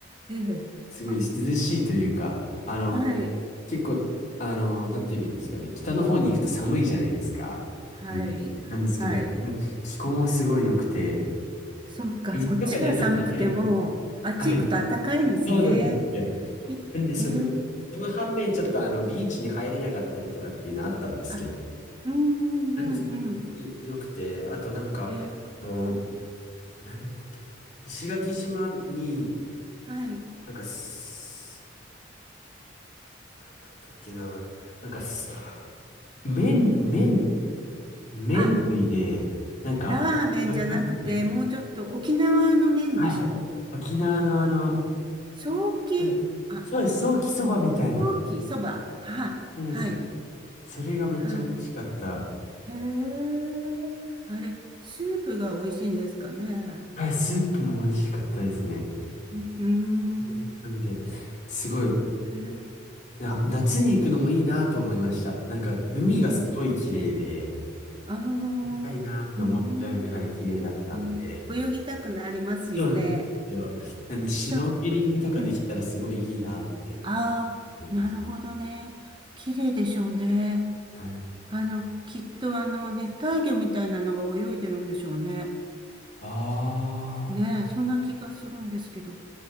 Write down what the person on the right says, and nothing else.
ええあ、
はい。
はい。
はい。
そうか、
こっちが寒くても、あっち行くと暖かいんですね。
いええ。
あ、うん、
うん、うん、
うん。
ええ、
はい。
あ
ラーメンじゃなくて、
もうちょっと沖縄の麺でしょ
ソーキ、
あ、
ソーキ、そば。はい。
はい。
はい。へえ。あれ、スープが美味しいんですかね。
うーん。
へえ。
ああー、
うん。うん泳ぎたくなりますよね。
じゃ、うん。ああ、
なるほどね。綺麗でしょうね。
あの、きっとあの、熱帯魚みたいなのが泳いでるんでしょうね。
ねえ、そんな気がするんですけど、